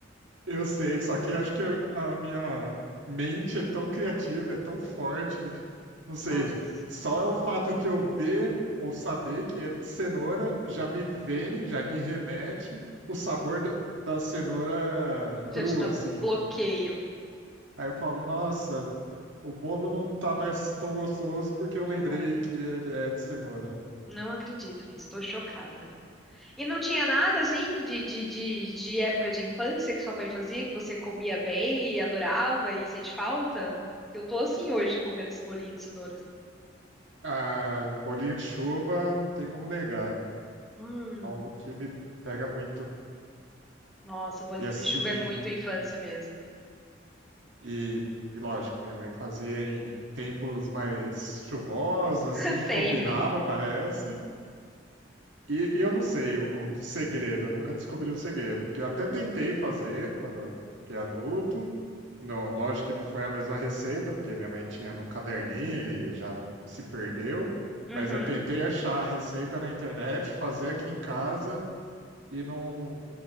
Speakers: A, on the right; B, in the centre.
A: Eu sei, só que acho que a minha mente é tão criativa, é tão forte. Não sei,
B: Nossa.
A: só é o fato de eu ver ou saber que é de cenoura já me vem, já me remete o sabor da da cenoura
B: Já
A: crua,
B: te dá
A: assim.
B: bloqueio.
A: Aí eu falo, nossa, O bolo não tá mais tão gostoso porque eu lembrei
B: Ai.
A: que ele é de cenoura.
B: Não acredito nisso, tô chocada. E não tinha nada assim de, de, de, de época de infância que sua mãe fazia, que você comia bem e adorava e sente falta? Que eu tô assim hoje comendo esse bolinho de cenoura.
A: Ah, bolinho de chuva, não tem como negar.
B: Hum,
A: Algo que me pega muito.
B: nossa, bolinho
A: E assim,
B: de chuva é muito infância mesmo.
A: e, e lógico, minha mãe fazia em tempos mais chuvosos, assim,
B: <laughs> Sempre.
A: combinava, parece. E, e eu não sei o, o segredo, eu nunca descobri o segredo. Porque eu até tentei fazer quando fiquei adulto, Não, lógico que não foi a mesma receita, porque minha mãe tinha num caderninho e já se perdeu.
B: Uhum.
A: Mas eu tentei achar a receita na internet, fazer aqui em casa e não,